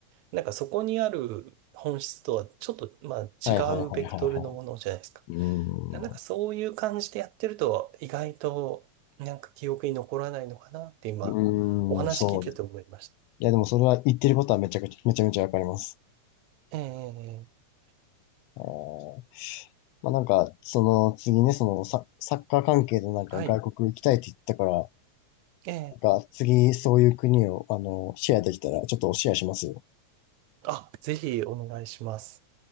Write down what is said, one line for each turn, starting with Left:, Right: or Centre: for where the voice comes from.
Right: なんかそこにある本質とはちょっと、まあ、違うベクトルのものじゃないですか。
Left: はいはいはいはいは
Right: だからなんかそういう感じでやってると意外となんか記憶に残らないのかなって今お話聞いてて思いまし
Left: い。うーん。うーん、そうです。いや、でもそれは言ってることはめちゃくちゃ、めちゃめちゃわかります。
Right: た。ええ、ええ
Left: えーまあなんか、その次ね、そのサ、サッカー関係のなんか外国行きたいって言ったから、
Right: はい。ええ、
Left: が次そういう国を、あの、シェアできたら、ちょっとシェアしますよ。
Right: あ、ぜひお願いします。